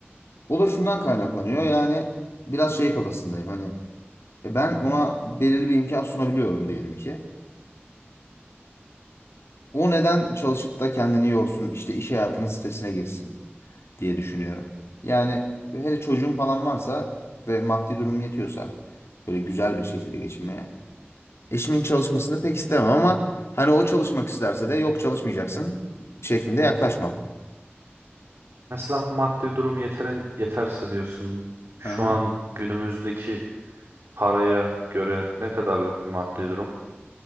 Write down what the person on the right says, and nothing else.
Mesela maddi durum yeterin yeterse diyorsun. Şu
an günümüzdeki paraya göre ne kadarlık bir maddi durum?